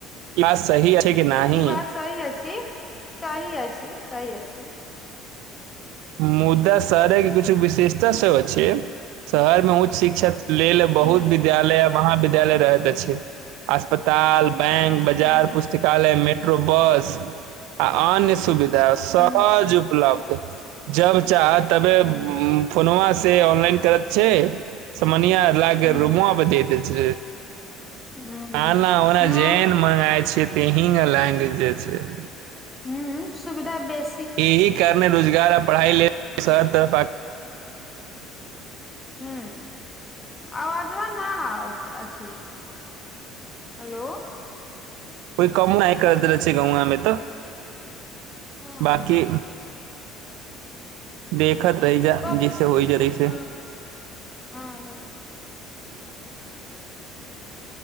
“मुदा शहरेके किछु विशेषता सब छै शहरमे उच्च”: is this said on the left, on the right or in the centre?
Right